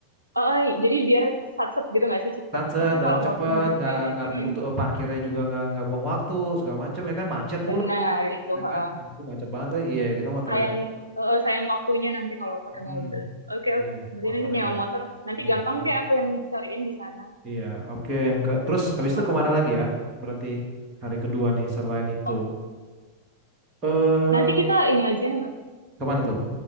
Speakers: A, on the right (about 80°); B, on the right (about 25°).
A: Heeh, jadi biar sat-set gitu nggak sih cepet.
B: Satset
A: Maksudnya
B: dan
A: kalau
B: cepet
A: mau mobil
B: nggak
A: kayaknya
B: nggak
A: mm-mm,
B: butuh parkirnya juga nggak nggak buang waktu segala macem ya kan macet pula
A: benar itu.
B: ya
A: heeh.
B: kan Ampun, macet banget lagi iya kita motor
A: Sayang
B: aja
A: heeh, sayang waktunya nanti kalau pakai
B: mm
A: mobil. Oke
B: Boleh,
A: oke. Berarti
B: motor
A: nanti nyewa
B: ya.
A: motor. Nanti
B: Ya,
A: gampang
B: motor.
A: deh aku yang cariin di sana
B: iya oke yang ke terus abis
A: online
B: itu kemana
A: gitu.
B: lagi ya berarti hari kedua nih selain itu
A: Oh,
B: eh
A: nanti kita ini aja nggak?
B: kemana tuh